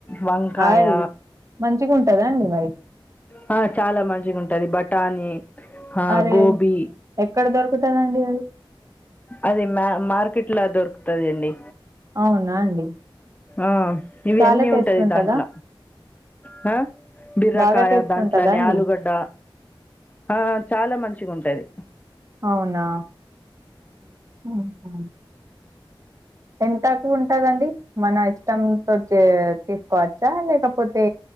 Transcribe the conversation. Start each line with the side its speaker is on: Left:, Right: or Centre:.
Left: వంకాయ
Right: ఆయ్ మంచిగుంటదా అండి మరి
Left: హా చాలా మంచిగుంటది బఠానీ ఆహ్,
Right: అరే
Left: గోబీ
Right: ఎక్కడ దొరుకుతదండి అది
Left: అది మ్యా మార్కెట్ లో దొరుకుతది అండి
Right: అవునా అండి
Left: ఆ ఇవి
Right: చాలా
Left: అన్నీ
Right: టేస్ట్
Left: ఉంటది
Right: ఉంటదా
Left: దాంట్ల హా బిర్రకాయ
Right: బాగా టేస్ట్
Left: దాంట్లనే
Right: ఉంటదా అండి
Left: ఆలూగడ్డ హా చాలా మంచిగుంటది
Right: అవునా ఆహా ఎంతకు ఉన్ టదండి మన ఇష్టంతోటి చే తీసుకోవచ్చా లేకపోతే